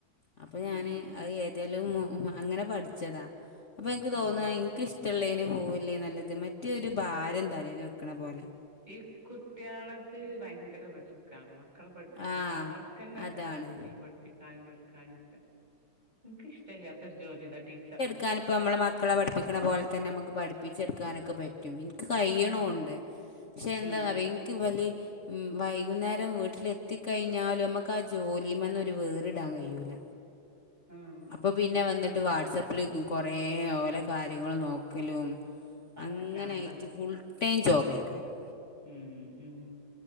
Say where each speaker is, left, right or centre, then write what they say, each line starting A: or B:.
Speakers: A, on the left; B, on the right.
A: അപ്പൊ
B: ഉം
A: ഞാന്
B: ഉം
A: ഏതാലും അങ്ങനെ പഠിച്ചതാ അപ്പൊ എനിക്ക് തോന്നുന്ന
B: ആഹ്
A: എനിക്ക്ഷ്ട ഒത്തുള്ളേന് പോവല്ലേ നല്ലത് മറ്റേൊരു ഭാരം തലേൽ വെക്കണ പോലെ
B: ഈ കുട്ടികളത് ഭയങ്കര പ്രശ മക്കളെ പഠിപ്പിച്ചു
A: ആ
B: നമ്മൾക്ക്ന്നെണ്ടട്ട
A: അതാണ്
B: വീട്ടിൽ പഠി പഠിക്കാനും പഠിക്കാനും ഒക്കെ എനക്ക് ഇഷ്ടമല്ലാത്തൊരു ജോലി ഇതാ ടീച്ചറ
A: ക്കാന ഇപ്പോ നമ്മള മക്കളെ പഠിക്കുന്ന പോലെന്നെ നമുക്ക് പഠിപ്പിച്ചെടുക്കാനൊക്കെ പറ്റും പറ്റും എനിക്ക് കഴിയണുണ്ട്
B: ഉം
A: പക്ഷെ എന്താന്നറിയാ
B: ഉം
A: എനിക്ക് വല ഉം വൈകുന്നേരം വീട്ടില എത്തിക്കഴിഞ്ഞാലും നമ്മുക്ക് ആ ജോലി വന്നൊരു വേറിടാൻ കഴിയൂല
B: ഉം
A: അപ്പൊ പിന്നെ വന്നിട്ട് വാട്സാപ്പില് കൊറേ ഓലെ കാര്യങ്ങൾ നോക്കലും
B: ആൾക്ക്
A: അങ്ങനൊയിട്ട്
B: ഭ്രാന്താണ്
A: ഫുൾ ടൈം ജോബേക്കാരോ
B: ഉം ഉം